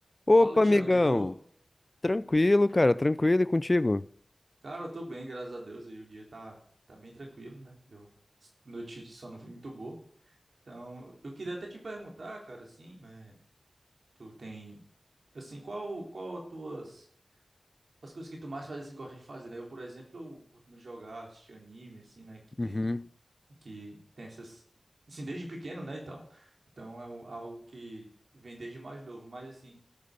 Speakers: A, on the left; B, on the right.
A: Opa,
B: Fala, Thiago,
A: amigão!
B: de boa?
A: Tranquilo, cara, tranquilo e contigo?
B: Cara, eu tô bem, graças a Deus, e o dia tá, tá bem tranquilo, né? Deu notícia de sono foi muito boa. Então, eu queria até te perguntar, cara, assim, né, tu tem, assim, qual, qual as tuas, as coisas que tu mais faz, assim, gosta de fazer, né? Eu, por exemplo, eu curto muito jogar, assistir anime, assim, né, que tem,
A: Uhum.
B: que tem essas, assim, desde pequeno, né, e tal. Então, é um- algo que vem desde mais novo, mas, assim,